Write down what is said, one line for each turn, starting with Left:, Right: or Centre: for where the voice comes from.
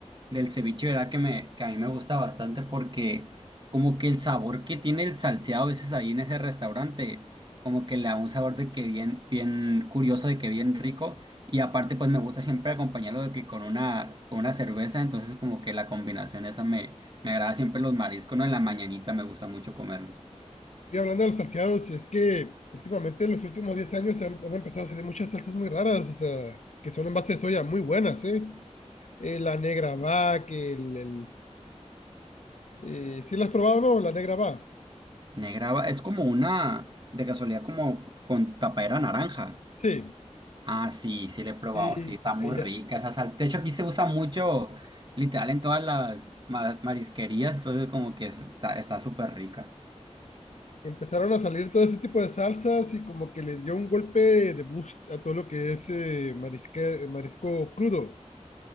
Right: del ceviche, verdad que me, que a mí me gusta bastante porque como que el sabor que tiene el salseado a veces ahí en ese restaurante, como que le da un sabor de que bien, bien curioso, de que bien rico. Y aparte, pues me gusta siempre acompañarlo de que con una, con una cerveza, entonces como que la combinación esa me, me agrada siempre los mariscos, ¿no? En la mañanita me gusta mucho comerlos.
Left: Y hablando de los salteados, es que últimamente en los últimos 10 años han, han empezado a salir muchas salsas muy raras, o sea, que son en base de soya muy buenas, ¿eh? Eh, la negra va, que el, el- eh, ¿sí la has probado o no? La negra va,
Right: Negraba, es como una, de casualidad, como con tapadera naranja.
Left: sí.
Right: Ah, sí, sí le he probado,
Left: Y
Right: sí, está muy
Left: ella-
Right: rica esa sal. De hecho, aquí se usa mucho, literal, en todas las ma- marisquerías, entonces como que está está súper rica.
Left: empezaron a salir todo ese tipo de salsas y como que les dio un golpe de boost a todo lo que es eh, marisque- marisco crudo,